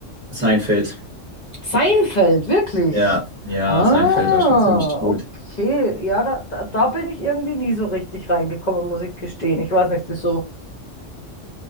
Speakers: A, on the right; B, on the left.
A: Seinfeld.
B: Seinfeld, wirklich.
A: Ja, ja,
B: Ah,
A: Seinfeld war schon ziemlich gut.
B: okay. Ja, da, da, da bin ich irgendwie nie so richtig reingekommen, muss ich gestehen. Ich weiß nicht, wieso.